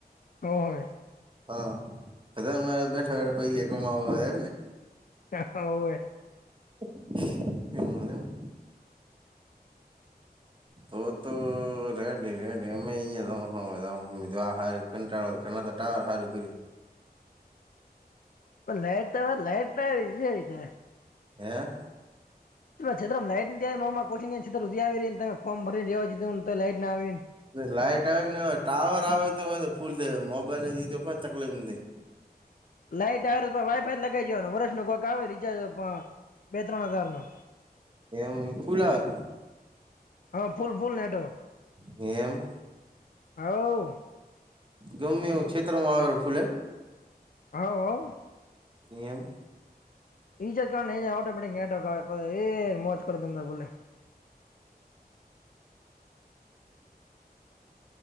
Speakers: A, on the left; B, on the right.
A: તો હોવે
B: હા બધ મારે બેઠા બેઠા પૈસા કમાવવા એમને
A: હવે
B: એધ તો તો રેડી રેડી અમેયા કટાળ ટાવર હાર્યું કરી
A: લાઈટ તો લાઈટ ના
B: હે
A: છ લાઈટ તમાંી છ ઉધી આવીને ફોર્ ભરીનેવાીું તો લાઈટ ના આવીને
B: લાઈટ આવે કેય ટાવર આવે તો ફૂલ થ મોબાઈલ ને જી તો કોઈ તકલીફ નથી
A: લાઈટ આવે તો વાયફાઈ લગઈ જવાનું વર્ષ ન કોક આવે રિચાર્જ બે ત્રણ હજાર નો
B: એમ ઈ ફૂલ આવે
A: હા ફૂલ ફૂલ નેટો
B: એમ
A: હ
B: ગમે એ છેેતરમાં આવેલો ફૂલે એમ
A: હ હ
B: એમ
A: એજ કજ ઓટોમેટિકટ એ મોજ કર દ બોલે